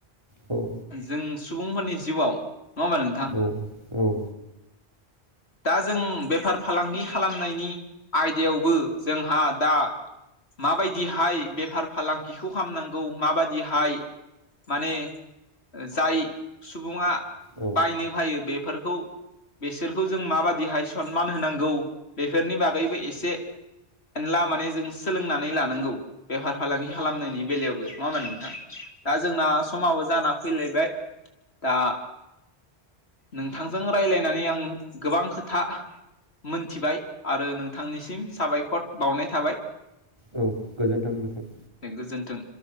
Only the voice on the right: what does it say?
औ
औ औ
औ
औ गोजोन्थों नथां